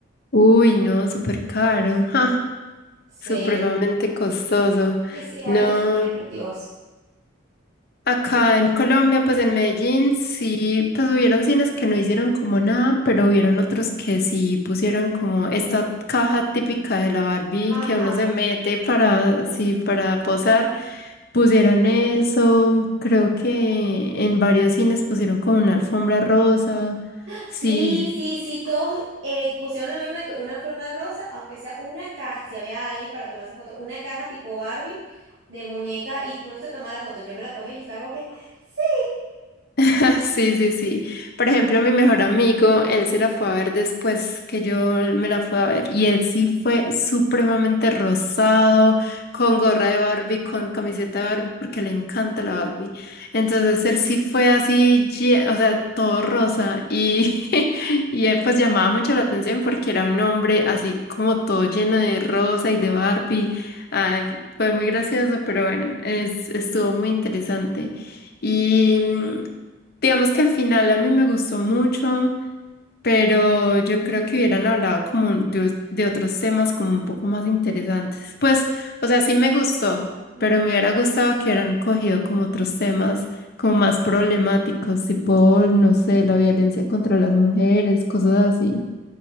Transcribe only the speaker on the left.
Uy, no, súper caro, ja, <laughs>
supremamente costoso.
No.
Acá
en Colombia, pues en Medellín, sí, pues hubieron cines que no hicieron como nada, pero hubieron otros que sí pusieron como esta caja típica de la Barbie
que uno se mete para, así, para posar. Pusieron eso, creo que en varios cines pusieron como una alfombra rosa.
Sí,
<laughs> Sí, sí, sí. Por ejemplo, mi mejor amigo, él se la fue a ver después que yo me la fui a ver y él sí fue supremamente rosado, con gorra de Barbie, con camiseta de Barbie, porque le encanta la Barbie. Entonces él sí fue así, lle- o sea, todo rosa y, <laughs> y eh, pues llamaba mucho la atención porque era un hombre así como todo lleno de rosa y de Barbie. Ay, fue muy gracioso, pero bueno, es, estuvo muy interesante. Y... mm, Digamos que al final a mí me gustó mucho, pero yo creo que hubieran hablado como de, de otros temas como un poco más interesantes. Pues, o sea, sí me gustó,
pero me hubiera gustado que hubieran cogido como otros temas como más problemáticos, tipo, no sé, la violencia contra las mujeres, cosas así.